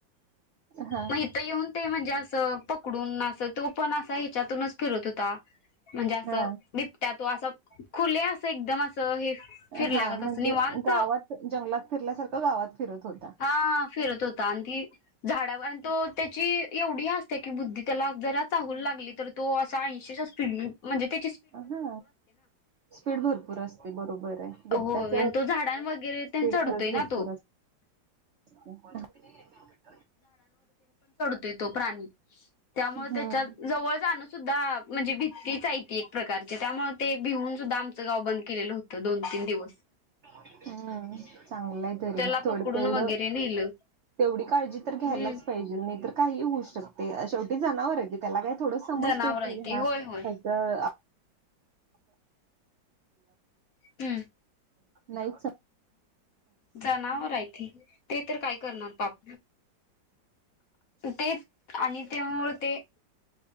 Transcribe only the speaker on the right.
हा
हा
हा म्हणजे
गावात जंगलात फिरल्यासारखं गावात फिरत होता.
हा स्पीड भरपूर असते बरोबर आहे. बिबट्याच
स्पीड
खरंच
भरपूर
असते. <inaudible>
हम्म
हम्म. चांगलंय तरी.
थोडं
तेवढं
तेवढी काळजी तर घ्यायलाच
पाहिजे नाही तर काही होऊ शकते. शेवटी जनावर अ त्याला काय थोडं समजते
की
हा
त्याच
नाहीच